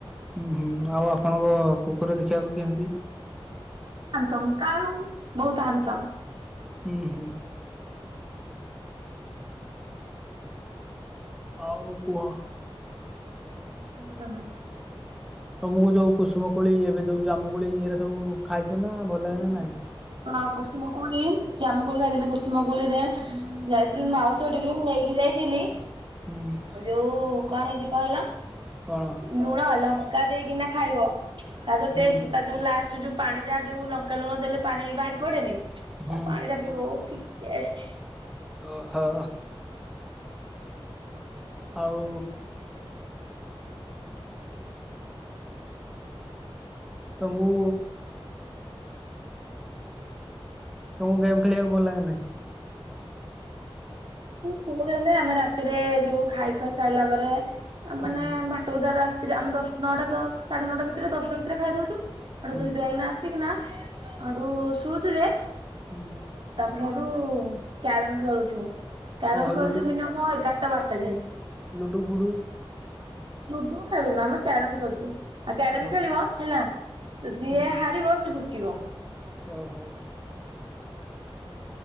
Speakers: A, in the centre; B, on the right.
A: ହୁଁ ହୁଁ ଆଉ ଆପଣଙ୍କ କୁକୁର ଦେଖିବାକୁ କେମିତି?
B: ହାନସମ କାୁଲୁ ବହୁତ ହାନସମ।
A: ହୁଁ ହୁଁ। ଆଉ କୁହ।
B: ହ ତମେ
A: ତମକୁ ଯୋଉ କୁସୁମ କୋଳି ଏବେ ଯୋଉ ଜାମୁ କୋଳି ଏଇରେ ସବୁ ଖାଇଛ ନା ଭଲ
B: ହୁଁ
A: ଲାଗେ
B: ହୁଁ
A: ନା ନାଇଁ?
B: ହୁଁ ହଁ କୁସୁମ କୋଳି ଜ୍ୟାମକୋଳି ଖାଇଦଲେ କୁସୁମ କୋଳିରେ ଯାଇଥିଲି ମାଉସ ଟିକି ମୁ ନେଇକି ଯାଇଥିଲି
A: ହୁଁ।
B: ଯୋଉ କଣ ହେଇଛି କହିଲ
A: କଣ
B: ଲୁଣ ଲଙ୍କା ଦେଇକିନା ଖାଇବ। ତା ଯୋଉ
A: ହୁଁ
B: ଟେଷ୍ଟ ତା ଯୋଉ ଲାଷ୍ଟ ଯୋଉ ପାଣି ଟା ଯୋଉ ଲଙ୍କା ଲୁଣ ଦେଲେ ପାଣି ବାହାରି ପଡେନି ତା
A: ହୁଁ
B: ପାଣି ଟା ପିଇବ ଓ କି ଟେଷ୍ଟ।
A: ଓହୋ। ଆଉ ତମୁଁ ତମକୁ ଗେମ୍ ଖେଳିବାକୁ ଭଲ ଲାଗେ ନା ନାଇ
B: ପୁ କେମିତି ଆମେ ରାତିରେ ଯୋଉ ଖାଇ ଖୁଆ ସାଇଲା ପରେ
A: ହୁଁ
B: ମାନେ ଭାତ ଭଜା ରାତିଥିଲେ ଆମେ ଦଶ ନଅଟା ଦଶ ସାଢେ ନଅଟା ଭିତରେ ଦଶଟା ଭିତରେ ଖାଇଦଉଛୁ। ଆଡୁ
A: ହୁଁ
B: ଧୁଇ ଧୁଆ କିନା ଆସିକିନା ଆଡୁ ଶୁଛୁଯେ
A: ହୁଁ
B: ଆ ରୁ କ୍ୟାରମ ଖେଳୁଛୁ କ୍ୟାରମ
A: ଓହୋ
B: ଖେଳୁଛୁ
A: ଲୁଡୁ
B: ମିନିମମ ଏଗାରଟା ବାରଟା ଯାଏ।
A: ଲୁଡୁ ଫୁଡୁ
B: ଲୁଡୁ ଖେଳୁନା ଆମେ କ୍ୟରମ ଖେଳୁଛୁ। ଆଉ କ୍ୟାରମ
A: ଓହୋ
B: ଖେଳିବ ହେଲା ଯିଏ
A: ହୁଁ
B: ହାରିବ ସେ ଭୁକିବ।
A: ଓହୋ।